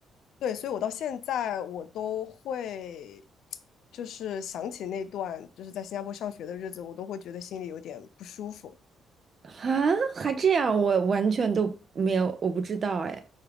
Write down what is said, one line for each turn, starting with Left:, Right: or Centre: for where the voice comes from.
Left: 对，所以我到现在我都会，就是想起那段就是在新加坡上学的日子，我都会觉得心里有点不舒服。
Right: 哈，还这样，我完全都没有，我不知道哎。